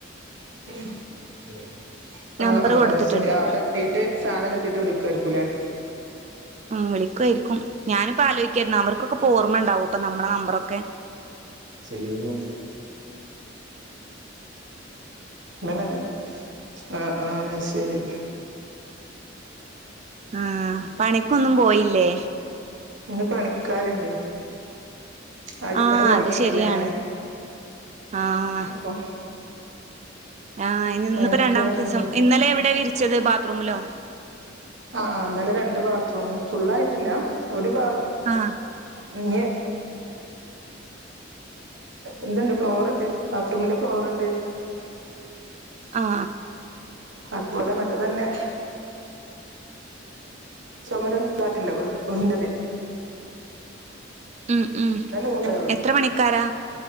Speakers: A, on the right; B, on the right.
A: <unintelligible> ആ
B: നമ്പർ
A: ആ
B: കൊടുത്തിട്ടുണ്ട്
A: ശരി അവിടെ എത്തിയിട്ട് സാധനം എത്തിയിട്ട് വിളിക്കായിരിക്കൂല്ലേ?
B: വിളിക്കുയായിരിക്കും. ഞാനിപ്പ ആലോയിക്കായിരുന്നു. അവർക്കൊക്കെപ്പോ ഓർമ്മ ഉണ്ടാവും പ്പൊ നമ്മളെ നമ്പറൊക്കെ?
A: <unintelligible> ങ്ങ ന ല്ല ആ ആ ശരി
B: ആ പണിക്കൊന്നും പോയില്ലേ?
A: ഇന്ന് പണിക്കാരുണ്ട്. അടിപ്പണി
B: ആഹ്
A: തുടങ്ങിയാണല്ലേ
B: അത് ശരിയാണ്
A: ഞാന്
B: ആഹ്
A: അപ്പൊ
B: ആ ഇന്നിപ്പോ
A: പണിക്കാരുണ്ട്
B: രണ്ടാമത്തെ ദിവസം. ഇന്നലെ എവിടെ വിരിച്ചത് ബാത്റൂമിലോ?
A: ആ ആ ഇന്നല്ലേ രണ്ട് ബാത്റൂമും. ഫുൾ ആയിട്ടില്ല. ഒരു ബാത്
B: ആ
A: <inaudible> ഇന്ന്ണ്ട് ഫ്ലോർ ഇണ്ട്. ബാത്ത്റൂമിന്റെ ഫ്ലോർ ഇണ്ട്.
B: ആ
A: അതുപോലെ മറ്റേ തന്നെ ചു മരും കാട്ടില്ല ഒന്ന്ന്റ ത്
B: ഉം ഉം
A: മൂന്നേ ഉള്ളൂ
B: എത്ര പണിക്കാരാ